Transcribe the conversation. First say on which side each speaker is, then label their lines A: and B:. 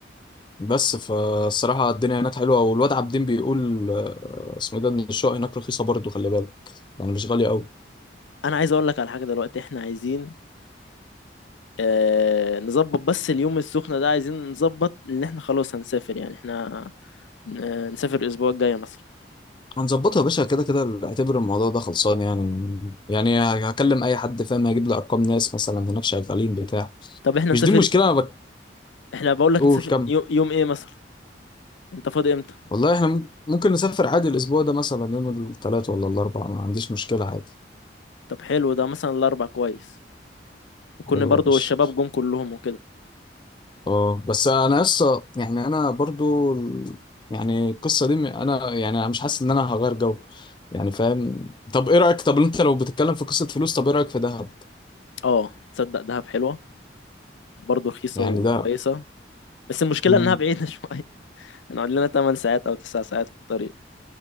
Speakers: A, on the left (about 25°); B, on the left (about 80°).
A: بس فالصراحه الدنيا هناك حلوه والواد عابدين بيقول آه، اسمه إيه ده ان الشقق هناك رخيصه برضه خلي بالك يعني مش غاليه قوي
B: انا عايز اقول لك على حاجه دلوقتي احنا عايزين آه، نظبط بس اليوم السخنة ده عايزين نظبط ان احنا خلاص هنسافر يعني احنا آه، نسافر الاسبوع الجاي مثلا
A: هنظبطها يا باشا كده كده اعتبر الموضوع ده خلصان يعني يعني هكلم اي حد فاهم هيجيب لي ارقام ناس مثلا هناك شغالين بتاع
B: طب احنا
A: مش
B: نسافر
A: دي المشكله انا
B: احنا بقول لك
A: بقول
B: نسافر
A: كم
B: يوم, يوم ايه مثلا انت فاضي امتى
A: والله احنا مم- ممكن نسافر عادي الاسبوع ده مثلا يوم الثلاث ولا الاربع ما عنديش مشكله عادي
B: طب حلو ده مثلا الاربع كويس يكون
A: حلو
B: برضو
A: يا باشا
B: الشباب جم كلهم وكده
A: اه بس انا لسه يعني انا برضو ال- يعني القصه دي م- انا يعني انا مش حاسس ان انا هغير جو يعني فاهم طب ايه رايك طب انت لو بتتكلم في قصه فلوس طب ايه رايك في دهب
B: اه تصدق دهب حلوة برضو رخيصة
A: يعني
B: وكويسة
A: ده
B: بس المشكلة
A: مم.
B: انها بعيدة <laughs> شوية هنقعد لنا 8 ساعات او 9 ساعات في الطريق